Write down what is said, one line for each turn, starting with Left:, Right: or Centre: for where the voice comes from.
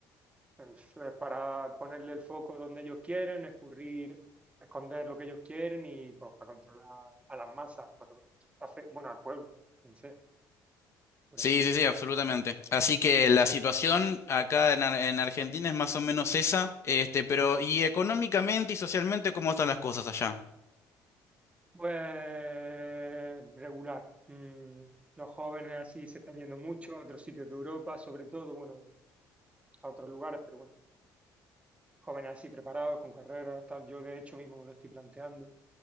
Right: eh, para ponerle el foco donde ellos quieren, escurrir, esconder lo que ellos quieren y pues, para controlar a las masas, para- afe- bueno, al pueblo, en sí, por
Left: Sí,
Right: así decirlo.
Left: sí, sí, absolutamente. Así que la situación acá en, Ar- en Argentina es más o menos esa, este, pero y económicamente y socialmente, ¿cómo están las cosas allá?
Right: Pues regular. Mm, los jóvenes así se están yendo mucho a otros sitios de Europa, sobre todo, bueno, a otros lugares, pero bueno, jóvenes así preparados, con carreras, tal. Yo de hecho mismo me lo estoy planteando.